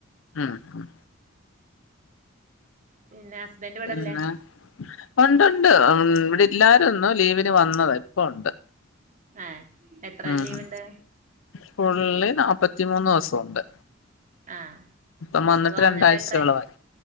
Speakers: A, on the left; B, on the right.
A: ഉം ഉം
B: പിന്നെ ഹസ്ബൻഡ് ഇവിടെല്ലേ
A: പിന്നെ ഉണ്ട് ഉണ്ട് ഇവിടെല്ലാരുംന്നോ ലീവിന് വന്നത് ഇപ്പ ഉണ്ട്
B: ഏഹ് എത്ര
A: ഉം
B: ലീവ്ണ്ട്
A: ഫുള്ള് നാല്പ്പത്തിമൂന്ന് ദിവസുണ്ട്
B: ആഹ്
A: ഇപ്പം വന്നിട്ട്
B: ഇപ്പൊ
A: രണ്ടാഴ്ചയോളായി
B: എത്ര